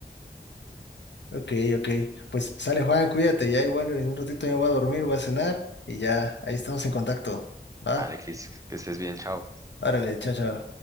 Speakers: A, on the left (about 80°); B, on the right (about 20°).
A: Ok, ok. Pues sale Juan, cuídate, ya igual en un ratito me voy a dormir, voy a cenar y ya ahí estamos en contacto. ¿Va?
B: Alexis, que estés bien, chao.
A: Órale, chao, chao.